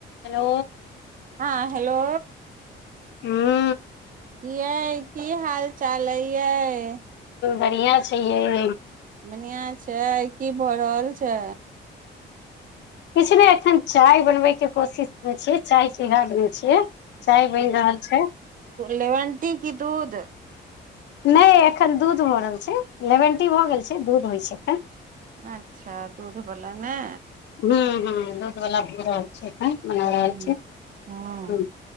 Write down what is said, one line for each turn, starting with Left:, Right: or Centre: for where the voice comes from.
Left: hello
Right: हँ hello
Left: हू
Right: कि यई की हाल चाल अई यइ
Left: बढ़िआँ छै यै
Right: बनिआँ छै की भऽ रहल छै
Left: किछ नै एखन चाय बनबै के कोशिश मे छीयै चाय चिरहा छियै चाय बनि रहल छै
Right: लेमैंनटी की दूध
Left: नै एखन दूध भऽ रहल छै लेमेंन टी भऽ गेल छै दूध होइ छै एखन
Right: अच्छा दूधवला नै
Left: हूं हूं दूध बला पिबाक छै एखन मना
Right: हूँ
Left: रहल छियै
Right: हूँ